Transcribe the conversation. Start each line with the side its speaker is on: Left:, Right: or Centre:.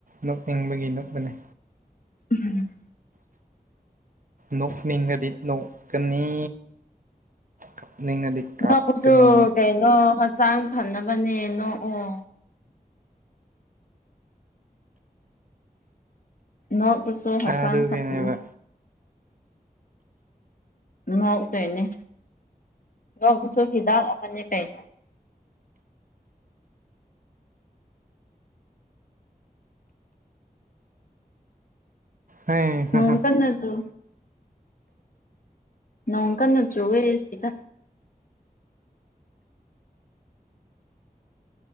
Right: ꯅꯣꯛꯅꯤꯡꯕꯒꯤ ꯅ‌ꯣꯛꯄꯅ‌ꯦ
Left: <unintelligible>
Right: ꯅꯣꯛꯅꯤꯡꯉꯗꯤ ꯅꯣꯛꯀꯅꯤ ꯀꯞꯅꯤꯡꯉꯗꯤ ꯀꯥꯞꯀꯅꯤ
Left: ꯅ‌ꯣꯛꯄꯁꯨ ꯀꯩꯅꯣ ꯍꯛꯆꯥꯡ ꯐꯅꯕꯅꯦ ꯅꯣꯛꯑꯣ ꯅꯣꯏꯀꯨꯁꯨ ꯍꯛꯆꯥꯡ
Right: ꯑꯗꯨꯒꯤꯅꯦꯕ
Left: ꯐꯠꯄꯅꯦ ꯉꯛꯇꯣꯏꯅꯦ ꯉꯛꯄꯁꯨ ꯍꯤꯗꯥꯛ ꯑꯃꯅꯤ ꯀꯩ
Right: ꯍꯩ ꯍꯥ
Left: ꯅꯨꯉꯥꯏꯕ
Right: ꯍꯥ
Left: ꯅꯠꯇ꯭ꯔꯣ ꯅꯣꯡ ꯀꯟꯅ ꯆꯨꯋꯦꯁꯤꯗ